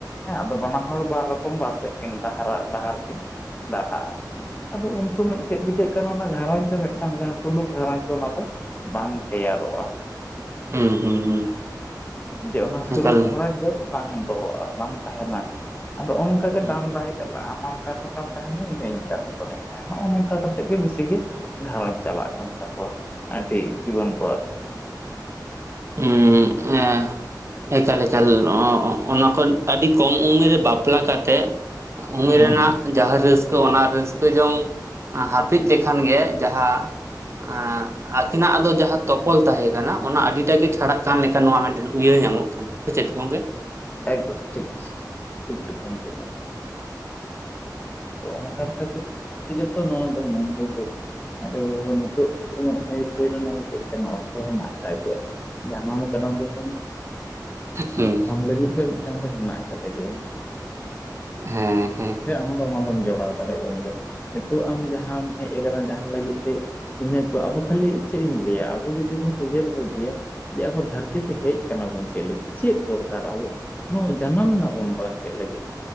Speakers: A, on the left; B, on the right.
A: ᱦᱮᱸ ᱟᱫᱚ ᱵᱟᱱᱟ ᱦᱚᱲ ᱵᱟᱨ ᱨᱚᱠᱚᱢ ᱵᱟᱨ ᱥᱮᱫ ᱠᱤᱱ ᱰᱟᱦᱨᱟ ᱰᱟᱦᱟᱨ ᱠᱤᱱ ᱰᱟᱨᱦᱟᱜᱼᱟ ᱟᱫᱚ ᱩᱱ ᱥᱚᱢᱚᱭ ᱪᱮᱫ ᱪᱤᱠᱟᱹᱜ ᱠᱟᱱᱟ ᱚᱱᱟ ᱜᱷᱟᱨᱚᱸᱡᱽ ᱫᱚ ᱢᱤᱫᱴᱟᱝ ᱡᱟᱦᱟᱸ ᱥᱩᱞᱩᱠ ᱜᱷᱟᱨᱚᱸᱡᱽ ᱫᱚ ᱚᱱᱟ ᱫᱚ ᱵᱟᱝ ᱛᱮᱭᱟᱨᱚᱜᱼᱟ
B: ᱦᱩᱸ ᱦᱩᱸ ᱦᱩᱸ
A: ᱡᱮ ᱚᱱᱟ ᱥᱩᱞᱩᱠ
B: ᱮᱠᱟᱞ
A: ᱜᱷᱟᱨᱚᱸᱡᱽ ᱫᱚ ᱵᱟᱝ ᱫᱚᱦᱚᱜᱼᱟ ᱵᱟᱝ ᱛᱟᱦᱮᱱᱟ ᱟᱫᱚ ᱚᱱ-ᱚᱝᱟᱜ ᱜᱮ
B: ᱦᱩᱸ
A: ᱰᱟᱢ ᱰᱟᱦᱮ ᱟᱱᱟᱴ ᱠᱟᱨᱚ ᱟᱢ ᱛᱟᱦᱮᱱ ᱢᱮ, ᱤᱧ ᱦᱚᱸ <unintelligible> ᱛᱟᱦᱮᱱᱟ ᱱᱚᱜᱼᱚ ᱱᱚᱝᱠᱟ ᱠᱟ ᱠᱟᱛᱮᱜ ᱜᱮ ᱵᱤᱥᱤ ᱜᱮ ᱜᱷᱟᱨᱚᱸᱡᱽ ᱪᱟᱞᱟᱜ ᱠᱟᱱ ᱛᱟᱠᱚᱣᱟ ᱟᱹᱰᱤ ᱡᱩᱣᱟᱱ ᱠᱚᱣᱟᱜ ᱫᱚ
B: ᱩᱸ ᱮᱸ ᱮᱠᱟᱞ ᱮᱠᱟᱞ ᱚᱱᱟᱠᱚ ᱟᱹᱰᱤ ᱠᱚᱢ ᱩᱢᱮᱹᱨ ᱨᱮ ᱵᱟᱯᱞᱟ ᱠᱟᱛᱮᱫ ᱩᱢᱮᱨ
A: ᱦᱮᱸ
B: ᱨᱮᱱᱟᱜ ᱡᱟᱦᱟᱸ ᱨᱟᱹᱥᱠᱟᱹ ᱚᱱᱟ ᱨᱟᱹᱥᱠᱟᱹ ᱡᱚᱝ ᱦᱟᱹᱯᱤᱫ ᱞᱮᱠᱷᱟᱱ ᱜᱮ ᱡᱟᱦᱟᱸ ᱟᱸᱻ ᱟᱠᱤᱱᱟᱜ ᱟᱫᱚ ᱡᱟᱦᱟᱸ ᱛᱚᱯᱚᱞ ᱛᱟᱦᱮᱸ ᱠᱟᱱᱟ ᱚᱱᱟ ᱟᱹᱰᱤᱴᱟ ᱜᱮ ᱪᱷᱟᱲᱟᱜ ᱠᱟᱱ ᱞᱮᱠᱟ ᱱᱚᱣᱟ ᱢᱤᱫᱴᱮᱱ ᱩᱭᱦᱟᱹᱨ ᱧᱟᱢᱚᱜ ᱠᱟᱱᱟ ᱥᱮ ᱪᱮᱫ ᱜᱚᱝᱠᱮ
A: ᱦᱮᱸ <unintelligible> ᱴᱷᱤᱠ ᱠᱟᱛᱷᱟᱢ ᱞᱟᱹᱭ ᱟᱠᱟᱫᱟ ᱛᱚ, ᱚᱱᱟ ᱠᱟᱨ ᱠᱷᱟᱛᱤᱨ ᱛᱮᱜᱮ ᱛᱚ ᱱᱚᱣᱟ ᱫᱚ ᱢᱮᱱᱫᱟ ᱡᱮ ᱟᱫᱚ ᱱᱤᱛᱚᱜ ᱩᱱᱟᱜ ᱦᱟᱹᱭ ᱯᱷᱟᱹᱭ ᱨᱮᱱᱟᱜ ᱫᱚ ᱪᱮᱫ ᱠᱟᱱᱟ ᱚᱠᱛᱚ ᱦᱮᱱᱟᱜ ᱠᱟᱜ ᱜᱮᱭᱟ ᱡᱟᱱᱟᱢ ᱟᱠᱟᱱᱟᱢ ᱡᱚᱠᱷᱚᱱ
B: ᱦᱩᱸ
A: ᱟᱢ ᱞᱟᱹᱜᱤᱫ ᱫᱚ ᱢᱤᱫᱴᱟᱱ ᱫᱚ ᱦᱮᱱᱟᱜ ᱠᱟᱫᱮ ᱜᱮᱭᱟ
B: ᱦᱮᱸ ᱦᱮᱸ
A: ᱥᱮ ᱟᱢ ᱫᱚ ᱚᱱᱟ ᱫᱚᱢ ᱡᱚᱲᱟᱣ ᱫᱟᱲᱮᱭᱟᱜᱼᱟᱢ ᱜᱮᱭᱟ ᱱᱤᱛᱚᱜ ᱟᱢ ᱡᱟᱦᱟᱸᱢ ᱦᱮᱡ ᱟᱠᱟᱱᱟ ᱡᱟᱦᱟᱸ ᱞᱟᱹᱜᱤᱫ ᱛᱮ ᱤᱱᱟᱹ ᱠᱚ ᱟᱵᱚ ᱠᱷᱟᱹᱞᱤ ᱪᱮᱫ ᱤᱧ ᱞᱟᱹᱭᱟ ᱟᱵᱚ ᱡᱩᱫᱤ ᱵᱚᱱ ᱩᱭᱦᱟᱹᱨ ᱵᱷᱟᱵᱤᱭᱟ ᱡᱮ ᱟᱵᱚ ᱫᱷᱟᱹᱨᱛᱤ ᱛᱮ ᱦᱮᱡ ᱠᱟᱱᱟᱵᱚᱱ ᱪᱮᱫ ᱞᱟᱹᱜᱤᱫ ᱪᱮᱫ ᱫᱚᱨᱠᱟᱨ ᱟᱵᱚ ᱱᱚ ᱡᱟᱱᱟᱢᱮᱱᱟᱵᱚᱱ ᱵᱟᱝ ᱪᱮᱜ ᱞᱟᱹᱜᱤᱫ